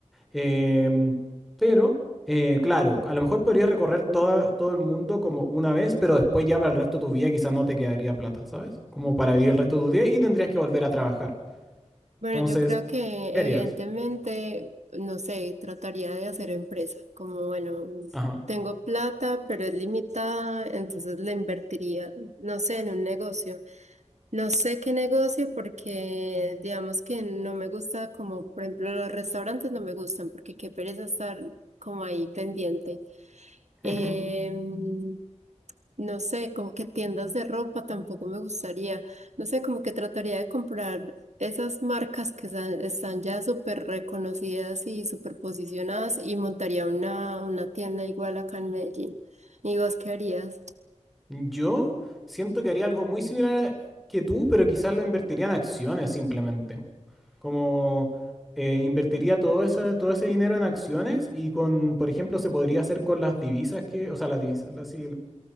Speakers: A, in the centre; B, on the right.
A: Em, pero, eh, claro, a lo mejor podrías recorrer toda, todo el mundo como una vez, pero después ya para el resto de tu vida quizás no te quedaría plata, ¿sabes? Como para vivir el resto de tu día y tendrías que volver a trabajar.
B: bueno,
A: Entonces,
B: yo creo que
A: ¿qué harías?
B: evidentemente, no sé, trataría de hacer empresa, como bueno,
A: Ajá.
B: tengo plata, pero es limitada, entonces la invertiría, no sé, en un negocio. No sé qué negocio porque digamos que no me gusta, como por ejemplo los restaurantes no me gustan, porque qué pereza estar como ahí pendiente.
A: <laughs>
B: Em, No sé, como que tiendas de ropa tampoco me gustaría. No sé, como que trataría de comprar esas marcas que sa- están ya súper reconocidas y súper posicionadas y montaría una, una tienda igual acá en Medellín. ¿Y vos qué harías?
A: Yo siento que haría algo muy similar que tú, pero quizás lo invertiría en acciones simplemente. Como eh, invertiría todo ese, todo ese dinero en acciones y con, por ejemplo, se podría hacer con las divisas que, o sea, las divisas, las,